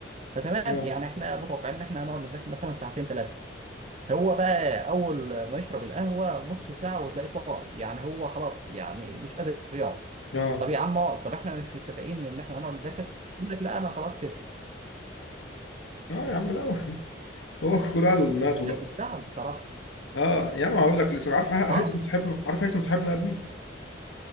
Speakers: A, on the right (about 35°); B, on the left (about 85°).
A: فتمام
B: اه
A: يعني احنا متوقعين ان احنا هنقعد نذاكر مثلا ساعتين ثلاثه هو بقى اول ما يشرب القهوه نص ساعه وتلاقيه طار يعني هو خلاص يعني مش قادر يقعد
B: اه
A: طب يا عم اقعد طب احنا مش متفقين ان احنا هنقعد نذاكر يقول لك لا انا خلاص كده
B: اه يا عم لا <laughs> هو كل واحد ودماغه
A: احنا
B: بقى
A: بنتساعد بصراحه
B: اه يا عم هقول لك لسه عارف هيثم
A: اه
B: صاحبنا عارف هيثم صاحبنا يا ابني